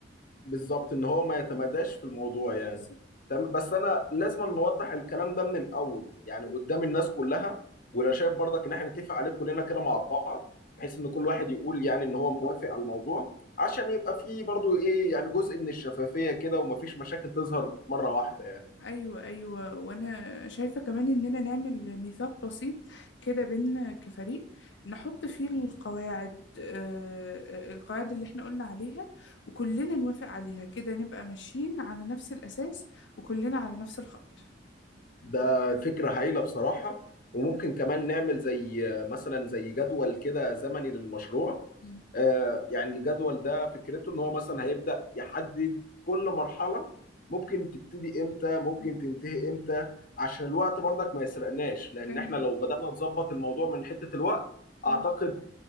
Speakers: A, on the left; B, on the left.
A: بالظبط ان هو ما يتمداش في الموضوع يعني
B: بالظبط
A: تمام بس انا لازم نوضح الكلام ده من الاول يعني
B: بالظبط
A: قدام الناس كلها ولو شايف برضك ان احنا نتفق عليه كلنا كده مع بعض بحيث ان كل واحد يقول يعني ان هو موافق على الموضوع عشان يبقى فيه برضو ايه يعني جزء من الشفافية كده ومفيش مشاكل تظهر مرة واحدة يعني
B: ايوه ايوه وانا شايفه كمان اننا نعمل ميثاق بسيط كده بينا كفريق نحط فيه القواعد آه القواعد اللي احنا قلنا عليها وكلنا نوافق عليها كده نبقى ماشيين على نفس الاساس وكلنا على نفس الخط
A: ده فكرة هايلة بصراحة وممكن كمان نعمل زي آه، مثلا زي جدول كده زمني للمشروع
B: مم.
A: آه، يعني الجدول ده فكرته ان هو مثلا هيبدأ يحدد كل مرحلة ممكن تبتدي امتى ممكن
B: أيوة،
A: تنتهي امتى عشان الوقت برضك ما يسرقناش لان
B: فاهم
A: احنا لو بدأنا نظبط الموضوع من حتة الوقت
B: آه،
A: اعتقد